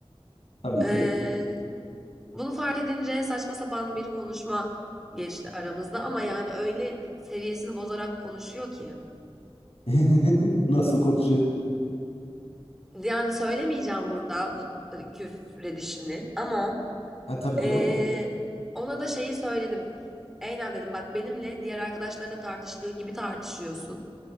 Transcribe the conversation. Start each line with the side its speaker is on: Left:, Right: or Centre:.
Left: tabii
Centre: Ee,
Left: ki.
Centre: Bunu fark edince saçma sapan bir konuşma geçti aramızda ama yani öyle seviyesini bozarak konuşuyor ki.
Left: <laughs> Nasıl konuşuyor?
Centre: Yani söylemeyeceğim burada bu hani, küfredişini ama
Left: Ha tabii
Centre: eee,
Left: canım.
Centre: ona da şeyi söyledim. Eylem dedim bak benimle diğer arkadaşlarına tartıştığın gibi tartışıyorsun.